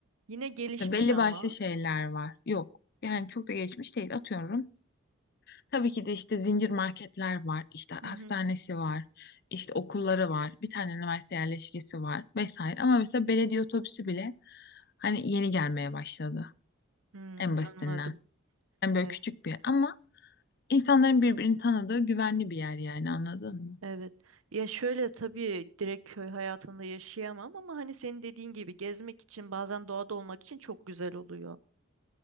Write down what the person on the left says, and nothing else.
Belli
başlı şeyler var. Yok. Yani çok da geçmiş değil. Atıyorum. Tabii ki de işte zincir marketler var, işte
hastanesi
var, işte okulları var, bir tane üniversite yerleşkesi var vesaire. Ama mesela belediye otobüsü bile hani yeni gelmeye başladı
en basitinden.
Yani böyle
küçük bir yer ama insanların birbirini tanıdığı güvenli bir yer yani anladın mı?